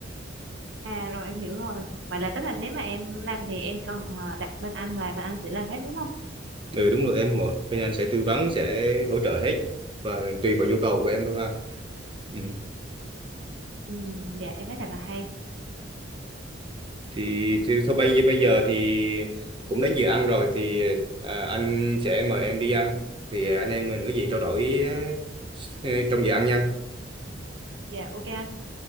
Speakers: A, on the right; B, on the right.
A: À rồi em hiểu rồi. Vậy là tức là nếu mà em làm thì em cần ờ, đặt bên anh và bên anh sẽ làm hết đúng không?
B: Ừ đúng rồi em mỗi bên anh sẽ tư vấn sẽ hỗ trợ hết và tùy vào nhu cầu của em thôi ha ừ.
A: Ừ, dạ em thấy thật là hay.
B: thì, thì thôi bây bây giờ thì cũng đến giờ ăn rồi thì à, anh sẽ mời em đi ăn thì anh em mình có gì trao đổi ờ, trong giờ ăn nha
A: Dạ ok anh.